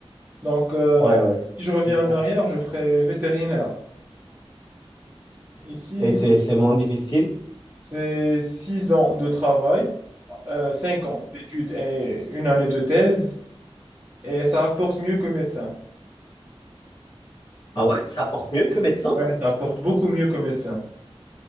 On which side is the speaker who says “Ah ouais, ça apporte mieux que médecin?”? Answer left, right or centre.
Left